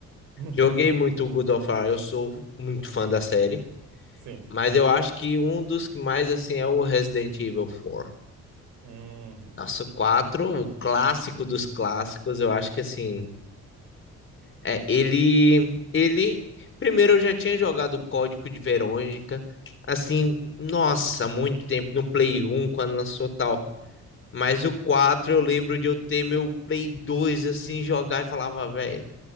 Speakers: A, on the right (about 85°); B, on the left (about 45°).
A: <laughs>
B: Joguei muito o God of War, eu sou muito fã da série,
A: Sim.
B: mas eu acho que um dos que mais, assim, é o Resident Evil 4.
A: Uhum.
B: Nossa, o 4, o clássico dos clássicos, eu acho que assim, é, ele ele primeiro eu já tinha jogado o Código de Verônica, assim, nossa, muito tempo no Play um, quando lançou tal, mas o 4, eu lembro de eu ter meu Play dois, assim jogar e falava, velho,